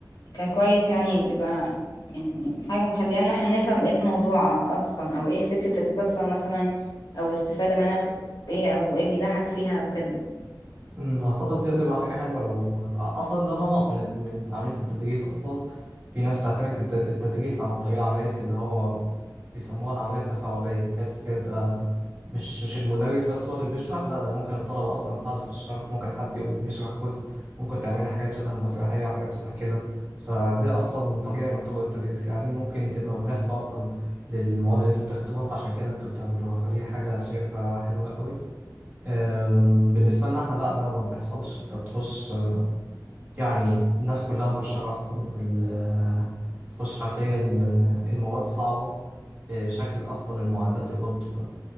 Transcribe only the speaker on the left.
كان كويس يعني بيبقى يعني حاجة مخلينا احنا نفهم ايه الموضوع اصلا او ايه فكرة القصة مثلا او استفادة منها في ايه او ايه اللي يضحك فيها او كده